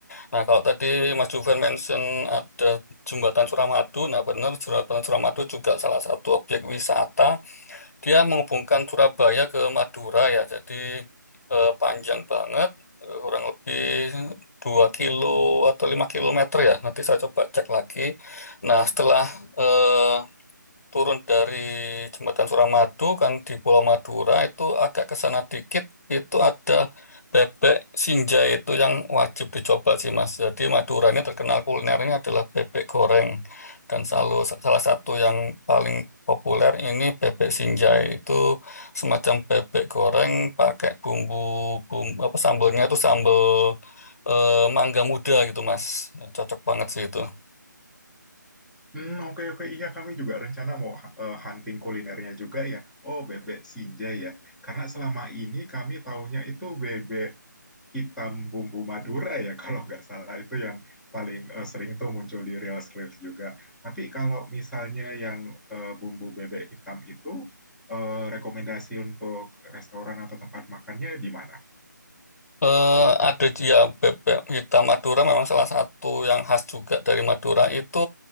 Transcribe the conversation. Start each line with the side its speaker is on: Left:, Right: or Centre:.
Left: Nah kalau tadi Mas Juven mention ada Jembatan Suramadu, nah benar Jembatan Suramadu juga salah satu objek wisata dia menghubungkan Surabaya ke Madura ya, jadi eh, panjang banget, eh, kurang lebih 2 kilo atau 5 kilometer ya. Nanti saya coba cek lagi. Nah, setelah eh, turun dari jembatan Suramadu kan di Pulau Madura itu agak ke sana dikit itu ada bebek sinjai itu yang wajib dicoba sih Mas. Jadi Madura ini terkenal kulinernya adalah bebek goreng dan selalu salah satu yang paling populer ini bebek sinjai itu semacam bebek goreng pakai bumbu bumbu apa sambalnya itu sambal eh, mangga muda gitu Mas. Cocok banget sih itu.
Centre: Hmm, oke oke iya kami juga rencana mau eh, hunting kulinernya juga ya. Oh, bebek sinja ya. Karena selama ini kami taunya itu bebek hitam bumbu Madura ya <laughs> kalau nggak salah itu yang paling eh, sering tuh muncul di reels-reels juga. Tapi kalau misalnya yang eh, bumbu bebek hitam itu eh, rekomendasi untuk restoran atau tempat makannya di mana?
Left: Eh, ada ya bebek hitam Madura memang salah satu yang khas juga dari Madura itu